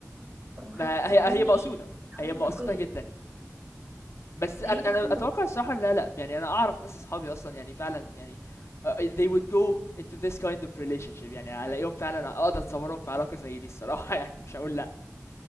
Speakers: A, on the right; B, on the left.
A: طب ما
B: ما
A: حتى ما
B: هي
A: اظنش
B: هي مقصودة
A: إنها
B: هي مقصودة
A: منطقيه
B: جدا بس أنا
A: هي مقصوده
B: أنا أتوقع الصراحة لا لأ يعني أنا أعرف ناس أصحابي أصلا يعني فعلا يعني آه، they would go into this kind of relationship يعني ألاقيهم فعلا أقدر أتصورهم في علاقة زي دي الصراحة <laughs> يعني مش هقول لأ